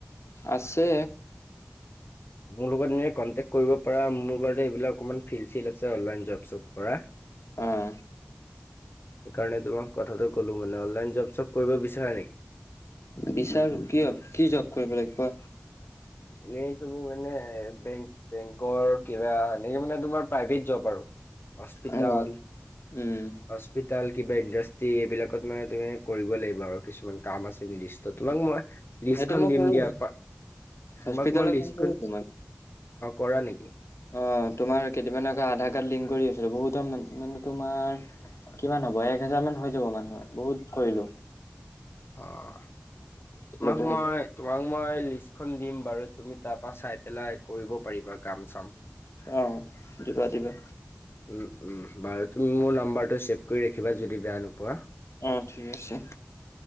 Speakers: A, on the left; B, on the left.
A: আছে
B: মোৰ লগত এনে কনটেক্ট কৰিব পাৰা, মোৰ লগতে এইবিলাক অকমান ফিল্ড-চিল্ড আছে অনলাইন জব চব কৰা।
A: অহ
B: সেইকাৰণে তোমাক কথাটো কলোঁ মানে, অনলাইন জব চব কৰিব বিচাৰে নেকি?
A: বিচাৰোঁ কি কি জব কৰিব লাগিব?
B: এই তুমি মানে বেং বেংকৰ কিবা, এনেক মানে তোমাৰ প্ৰাইভেট জব আৰু হস্পিতাল-হস্পিতাল।
A: অ উম
B: <unintelligible> কিবা ইণ্ডাষ্ট্ৰি, এইবিলাকত মানে তুমি কৰিব লাগিব আৰু কিছুমান কাম আছে। তোমাক মই লিষ্টখন
A: সেইটো মই
B: দিম
A: কৰো
B: দিয়াৰ।
A: হস্পিতেলৰ
B: তোমাক মই লিষ্টখন,
A: কাম কৰোতো মই।
B: কৰা নেকি?
A: অঁ তোমাৰ কেইদিনামানকে আধাৰ কাৰ্ড লিংক কৰি আছিলো, বহুতান মানে তোমাৰ কিমান হ'ব, এক হেজাৰ মান হৈ যাব মানুহৰ বহুত কৰিলো।
B: অহ তোমাক
A: বহুত
B: মই তোমাক মই লিষ্টখন দিম বাৰু তুমি তাৰপা চাই পেলাই কৰিব পাৰিবা কাম চাম।
A: অহ দিবা দিবা।
B: উম উম বাৰু তুমি মোৰ নাম্বাৰটো ছেভ কৰি ৰাখিবা, যদি বেয়া নোপোৱা?
A: অহ- ঠিক আছে।